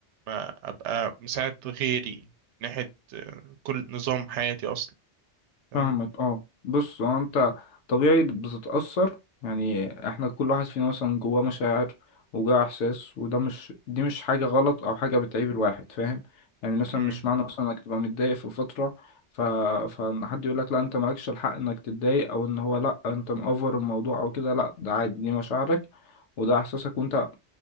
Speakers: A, on the right (about 80°); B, on the left (about 80°).
A: ما ابقى مساعد غيري من ناحيه آه، كل نظام حياتي اصلا فاهم
B: فاهمك اه بص هو انت طبيعي بتتأثر يعني احنا كل واحد فينا مثلا جواه مشاعر وجواه احساس وده مش دي مش حاجة غلط او حاجة بتعيب الواحد فاهم يعني مثلا
A: مم.
B: مش معنى مثلا انك تبقى متضايق في فترة ف... فان حد يقول لك لا انت مالكش الحق انك تتضايق او ان هو لا انت مأفر الموضوع او كده لا ده عادي دي مشاعرك وده احساسك وانت